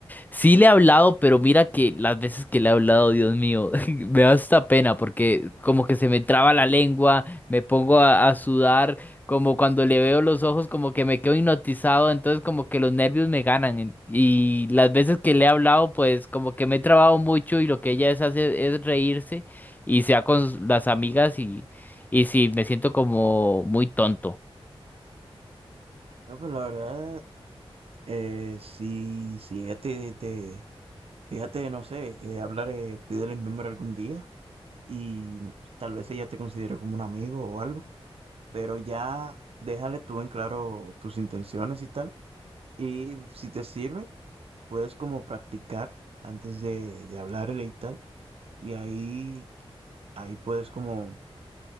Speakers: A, on the left; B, on the right.
A: Sí le he hablado, pero mira que las veces que le he hablado, Dios mío, <laughs> me da hasta pena porque como que se me traba la lengua, me pongo a, a sudar, como cuando le veo los ojos como que me quedo hipnotizado, entonces como que los nervios me ganan en- y las veces que le he hablado pues como que me he trabado mucho y lo que ella es hace es reírse y sea con s- las amigas y, y sí, me siento como muy tonto.
B: No, pues la verdad, eh, si, si ella te, te- fíjate, no sé, eh, hablar, eh, pídele el número algún día y tal vez ella te considere como un amigo o algo, pero ya déjale tú en claro tus intenciones y tal. Y si te sirve, puedes como practicar antes de, de hablarle y tal. Y ahí, ahí puedes como